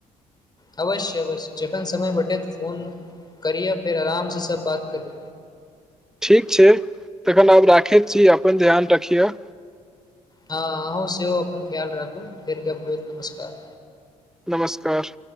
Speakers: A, on the left; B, in the centre.
A: अवश्य अवश्य जखन समय भेटेैत फोन करियअ फेर आरामसँ सब बात कर
B: ठीक छै तखन आब राखैत छी अपन ध्यान रखियह
A: हँ अहूँ सेहो अपन ख्याल राखू फेर गप होइत नमस्कार
B: नमस्कार